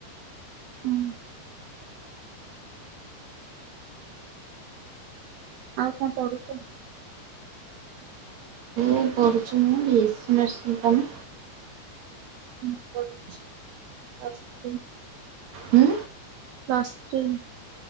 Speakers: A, on the right; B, on the right.
A: ହୁଁ। ଆଉ କଣ ପଢୁଚ?
B: ମୁଁ ପଢୁଛି ମୁଁ ବି ଏସି ନର୍ସିଂ ତମେ?
A: ମୁଁ ପଢୁଛି ଆର୍ଟସ ଇନ୍।
B: ହୁଁ?
A: ନର୍ସ ଷ୍ଟିନ।